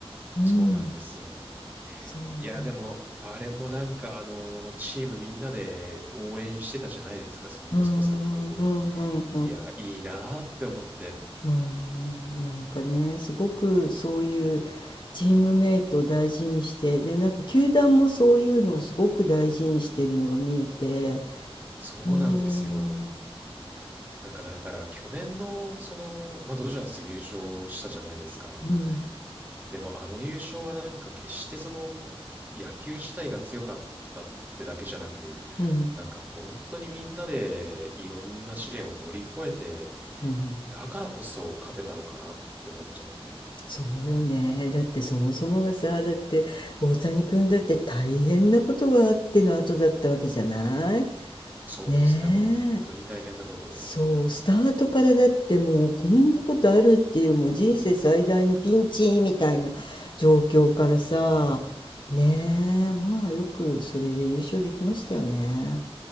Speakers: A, on the left; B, on the right.
A: うん、
B: そうなんですよ。
A: そうだ。
B: いや、でも、あれもなんか、あのーチームみんなで応援してたじゃないですか、その息子さんのことを。
A: うん、うん、うん、うん。
B: いや、いいなーって思って。
A: うーん、なんかね、すごくそういうチームメイトを大事にして、で、なんか球団もそういうのをすごく大事にしているのが見えて、
B: そうなんですよ。
A: うーん、
B: なんかだから、去年の、その、まあ、ドジャース優勝したじゃないですか。
A: うん、
B: でも、あの優勝はなんか決してその、野球自体が強かったってだけじゃなく、
A: うん、
B: なんか本当にみんなでいろんな試練を乗り越えて、
A: うん、
B: だからこそ勝てたのかなって思っちゃって、
A: そうよね。だってそもそもがさ、だって大谷君だって大変なことがあっての後だったわけじゃない
B: そうですね、
A: ねえ。
B: 本当に大変なことで。
A: そう、スタートからだってもうこんなことあるっていうもう人生最大のピンチみたいな状況からさ、
B: うーん、
A: ねえ、まあよくそれで優勝できましたよね。